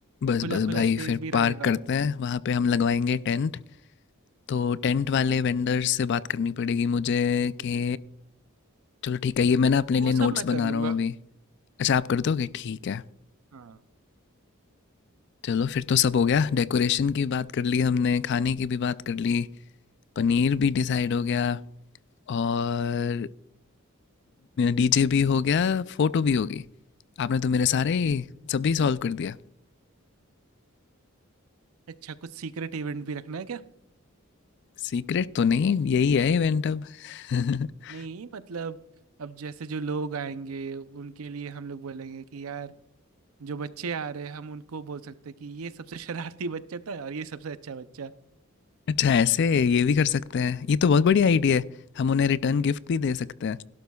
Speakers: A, on the left; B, on the right.
A: बस
B: खुला
A: बस
B: खुला
A: भाई
B: स्पेस
A: फिर
B: भी रहेगा
A: पार्क करते हैं वहाँ पे हम लगवाएंगे टेंट तो टेंट वाले वेंडर से बात करनी पड़ेगी मुझे कि चलो ठीक है ये मैं ना अपने लिए
B: वो
A: नोट्स
B: सब मैं
A: बना
B: कर लूंगा
A: रहा हूँ अभी अच्छा आप कर दोगे ठीक है
B: हाँ
A: चलो फिर तो सब हो गया डेकोरेशन की बात कर ली हमने खाने की भी बात कर ली पनीर भी डिसाइड हो गया और डीजे भी हो गया फोटो भी होगी आपने तो मेरे सारे ही- सभी सॉल्व कर दिया
B: अच्छा कुछ सीक्रेट इवेंट भी रखना है क्या
A: सीक्रेट तो नहीं यही है इवेंट अब <laughs>
B: नहीं मतलब अब जैसे जो लोग आएंगे उनके लिए हम लोग बोलेंगे कि यार जो बच्चे आ रहे हैं हम उनको बोल सकते हैं कि ये सबसे शरारती बच्चा था और ये सबसे अच्छा बच्चा
A: अच्छा ऐसे ये भी कर सकते हैं ये तो बहुत बढ़िया आइडिया है हम उन्हें रिटर्न गिफ्ट भी दे सकते हैं